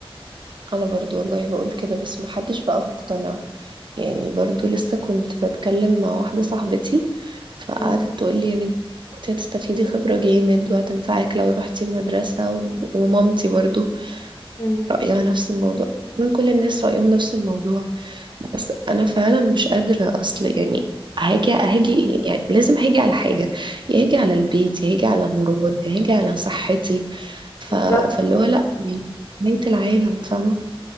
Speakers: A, on the right; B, on the left.
A: أنا برضو والله بقول كده بس محدش بقى مقتنع يعني برضو لسه كنت بتكلم مع واحدة صاحبتي فقعدت
B: مم.
A: تقولي يا بنتي انت هتستفيدي خبرة جامد وهتنفعك لو روحتي المدرسة و- ومامتي برضو
B: مم.
A: رأيها نفس الموضوع من كل الناس رأيهم نفس الموضوع بس انا فعلا مش قادره اصل يعني هاجي هاجي يعني لازم هاجي على حاجه يا هاجي على البيت يا هاجي على مراد يا هاجي على صحتي ف...
B: بالظبط
A: فاللي هو لا يعني بنت العالم فاهمه